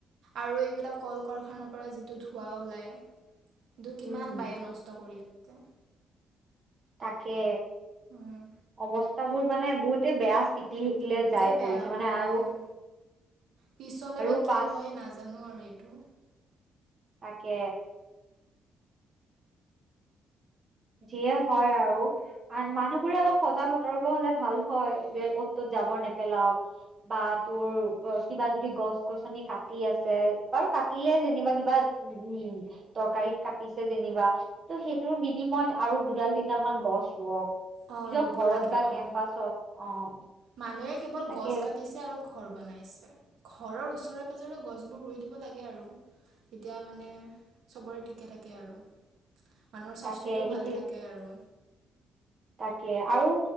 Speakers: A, on the right; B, on the right.
A: আৰু এইবিলাক কল কাৰখানাৰ পৰা যিটো ধোঁৱা ওলায়। সেইটো কিমান
B: উম হম
A: বাইয়ো নষ্ট কৰি <unintelligible>
B: তাকে,
A: উম,
B: অৱস্থাবোৰ মানে বহুতে বেয়া স্থিতিলে
A: বহুতে
B: যাই
A: বেয়া,
B: পৰিছে মানে
A: অ',
B: আৰু
A: পিছলে
B: আৰু
A: বা কি
B: পাছ
A: হয়, নাজান জানো, আৰু এইটো।
B: তাকে। যিয়ে হয়, আৰু আ মানুহবোৰে অলপ সজাগ সতৰ্ক হলে ভাল হয় যে অ'ত ত'ত জাবৰ নেপেলাও। বা তোৰ কিবা যদি গছ গছনি কাটি আছে বাৰু কাটিলে যেনিবা কিবা। উ উ তৰকাৰীত কাটিছে যেনিবা ত' সেইটোৰ বিনিময়ত। আৰু দুডাল তিনডাল মান গছ ৱক নিজৰ
A: অঁ ৰুব
B: ঘৰত
A: লাগে
B: বা কেম্পাচত
A: অঁ
B: অ
A: মানুহে কেৱল
B: তাকে
A: গছ কাটিছে আৰু। ঘৰ বনাইছে। ঘৰৰ ওচৰে পাজৰে গছবোৰ ৰুই দিব লাগে আৰু। এতিয়া মানে চবৰে ঠিকে থাকে আৰু। মানুহৰ স্বাস্থ্যটোও
B: তাকে
A: ভালে
B: ইতি
A: থাকে আৰু।
B: তাকে আৰু